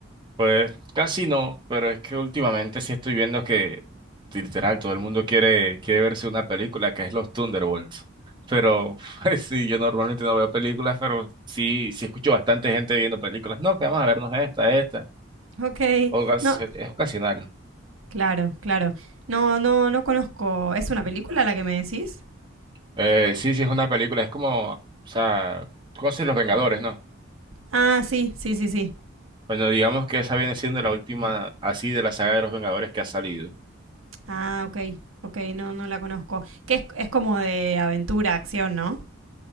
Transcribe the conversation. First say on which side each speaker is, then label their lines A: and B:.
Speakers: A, on the right; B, on the right.
A: Pues casi no, pero es que últimamente sí estoy viendo que literal todo el mundo quiere, quiere verse una película que es Los Thunderbolts. Pero <laughs> pues, sí, yo normalmente no veo películas, pero sí, sí escucho bastante gente viendo películas. No, que vamos a vernos esta, esta.
B: Ok,
A: Ocas-
B: no,
A: es ocasional.
B: claro, claro. No, no, no conozco. ¿Es una película la que me decís?
A: Eh, sí, sí es una película, es como, o sea, cosas Los Vengadores, ¿no?
B: Ah, sí, sí, sí, sí.
A: Bueno, digamos que esa viene siendo la última así de la saga de Los Vengadores que ha salido.
B: Ah, ok, ok, no, no la conozco. Que es, es como de aventura, acción, ¿no?